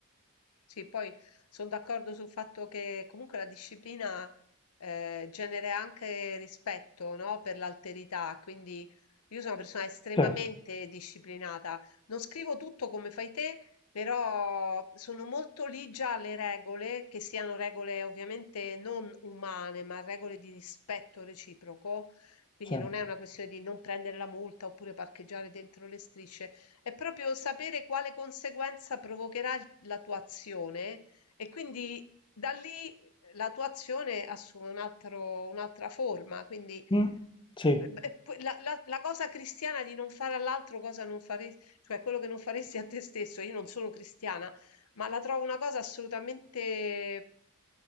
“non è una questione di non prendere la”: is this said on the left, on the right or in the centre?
Left